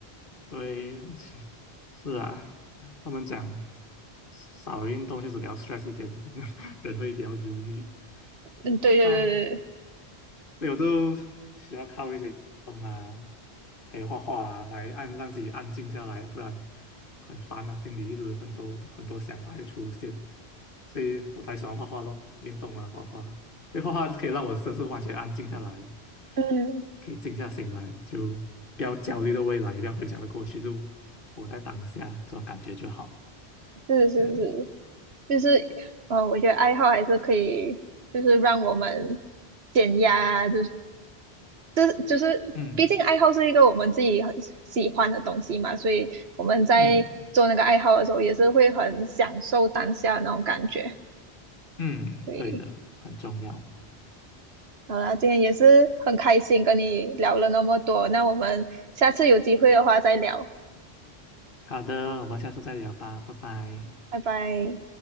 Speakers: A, on the left; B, on the right.
A: 对，而且是啊，他们讲少运动就是比较 stress 一点，<laughs> 人会比较忧郁。
B: 嗯，对对对对对，
A: 哎。所以我就需要靠一些动啊，还有画画啊，来按让自己安静下来，不然很烦啊，心里一直很多很多想法会出现，所以我才喜欢画画咯，运动啊，画画，因为画画可以让我就是完全安静下来，
B: 嗯，
A: 可以静下心来，就不要焦虑的未来，也不要回想着过去，就活在当下，这种感觉就好。
B: 是是是，
A: 嗯
B: 就是，嗯呃，我觉得爱好还是可以，就是让我们减压啊就是就是就是，
A: 嗯
B: 毕竟爱好是一个我们自己很喜欢的东西嘛，所以我们在做那个爱好的时候，
A: 嗯
B: 也是会很享受当下那种感觉。
A: 嗯，
B: 所以，
A: 对的，很重要。
B: 好啦，今天也是很开心跟你聊了那么多，那我们下次有机会的话再聊，
A: 好的，我们下次再聊吧，拜拜。
B: 拜拜。